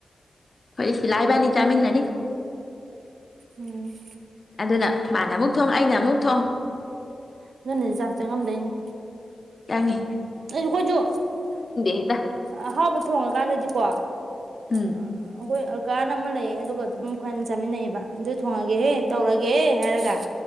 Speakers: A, on the left; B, on the right.
A: ꯐꯩ ꯁꯤꯂꯥ ꯏꯕꯅꯤ ꯆꯥꯃꯤꯅꯔꯤ
B: ꯎꯝ
A: ꯑꯗꯨꯅ ꯃꯥꯅ ꯑꯃꯨꯛ ꯊꯣꯡ ꯑꯩꯅ ꯑꯃꯨꯛ ꯊꯣꯡ
B: ꯑꯗꯨꯅꯗꯤ ꯆꯥꯛ ꯆꯪꯉꯝꯗꯣꯏꯅꯤ
A: ꯆꯉꯤ
B: ꯑꯗꯨ ꯑꯩꯈꯣꯏꯁꯨ
A: ꯍꯦꯛꯇ
B: ꯑꯍꯥꯎꯕ ꯊꯣꯡꯉꯀꯥꯟꯗꯗꯤꯀꯣ ꯑꯩꯈꯣꯏ
A: ꯎꯝ
B: ꯑꯀꯥꯅ ꯑꯃ ꯂꯩꯌꯦꯦ ꯑꯗꯨꯒ ꯑꯗꯨꯝ ꯈ꯭ꯋꯥꯏ ꯆꯥꯃꯤꯟꯅꯩꯑꯕ ꯑꯗꯨ ꯊꯣꯡꯉꯒꯦꯍꯦ ꯇꯧꯔꯒꯦꯍꯦ ꯍꯥꯏꯔꯒ